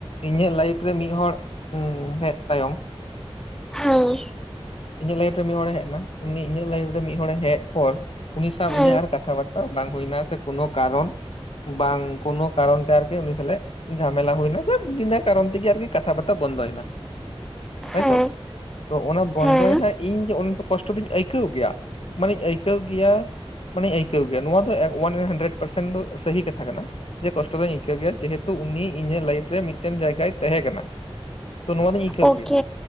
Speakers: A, on the left; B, in the centre.
A: ᱤᱧᱟᱹᱜ ᱞᱟᱭᱤᱯᱷ ᱨᱮ ᱢᱤᱫᱦᱚᱲ ᱦᱮᱡ ᱛᱟᱭᱚᱢ
B: ᱦᱮᱸ
A: ᱤᱧᱟᱹᱜ ᱞᱟᱭᱤᱯᱷ ᱨᱮ ᱢᱤᱫ ᱦᱚᱲᱮ ᱦᱮᱡ ᱮᱱᱟ ᱩᱱᱤ ᱤᱧᱟᱹᱜ ᱞᱟᱭᱤᱯᱷ ᱨᱮ ᱢᱤᱫ ᱦᱚᱲᱮ ᱦᱮᱡ ᱯᱚᱨ ᱩᱱᱤ ᱥᱟᱶ
B: ᱦᱮᱸ
A: ᱤᱧᱟᱹᱜ ᱟᱨ ᱠᱟᱛᱷᱟ ᱵᱟᱟᱨᱛᱟ ᱵᱟᱝᱼᱼ ᱦᱩᱭᱱᱟ ᱥᱮᱳ ᱠᱟᱨᱚᱱ ᱵᱟᱝᱳᱠᱟᱨᱚᱱ ᱛᱮ ᱟᱨᱠᱤ ᱩᱱᱤ ᱥᱟᱞ ᱡᱷᱟᱯᱼᱼ ᱢᱮᱞᱟ ᱦᱩᱭᱱᱟ ᱥᱮ ᱵᱤᱱᱟ ᱠᱟᱨᱚᱱ ᱛᱮᱜᱮ ᱟᱨᱠᱤ ᱠᱟᱛᱷᱟ ᱵᱟᱨᱛᱟ ᱵᱚᱱᱫᱚ ᱭᱱᱟ ᱛᱟᱭᱛᱚ
B: ᱦᱮᱸ
A: ᱛᱚ ᱚᱱᱟ ᱵᱚᱱᱫᱚᱭᱮᱱᱟ
B: ᱦᱮᱸ
A: ᱤᱧ ᱫᱚᱼᱼ ᱠᱚᱥᱴᱚ ᱫᱚᱧ ᱟᱹᱭᱠᱟᱹᱣ ᱜᱮᱭᱟ ᱢᱟᱱᱮᱧ ᱟᱹᱭᱠᱟᱹᱣ ᱜᱮᱭᱟᱼᱼ ᱢᱟᱱᱮᱧ ᱟᱹᱭᱠᱟᱹᱣ ᱜᱮᱭᱟ ᱱᱚᱣᱟ ᱫᱚ ᱣᱟᱱ ᱦᱟᱱᱰᱨᱮᱰ ᱯᱟᱨᱥᱮᱱᱴ ᱫᱚ ᱥᱟᱹᱦᱤ ᱠᱟᱛᱷᱟ ᱠᱟᱱᱟ᱾ ᱡᱮ ᱠᱚᱥᱴᱚ ᱫᱚᱧ ᱟᱹᱭᱠᱟᱹᱣ ᱜᱮᱭᱟ ᱡᱮᱦᱮᱛᱩ ᱩᱱᱤ ᱤᱧᱟᱹᱜ ᱞᱟᱭᱤᱯᱷ ᱨᱮ ᱢᱤᱫᱴᱮᱱ ᱡᱟᱭᱜᱟᱭ ᱛᱟᱦᱮᱸ ᱠᱟᱱᱟ, ᱛᱚ ᱱᱚᱣᱟ ᱫᱚᱧ ᱟᱹᱭᱠᱟᱹᱣ
B: ᱳᱠᱮ
A: ᱜᱮᱭᱟ